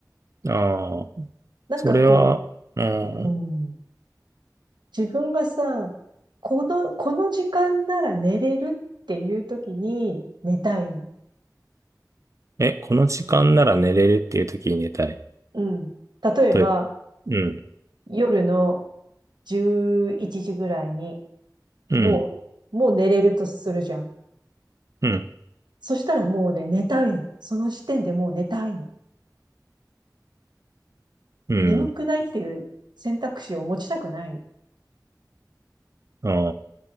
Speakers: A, on the right; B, on the right.
A: ああ、
B: なんかこ
A: それは、うん。
B: う、うん、自分がさ、この、この時間なら寝れるっていう時に寝たいの。
A: え、この時間なら寝れるっていう時に寝たい。
B: うん。例えば、
A: という、うん、
B: 夜の11時ぐらいに、
A: うん、
B: もう、もう寝れるとするじゃん。
A: うん、
B: そしたらもうね、寝たいの。その時点でもう寝たいの。
A: うん。
B: 眠くないっていう選択肢を持ちたくないの。
A: あ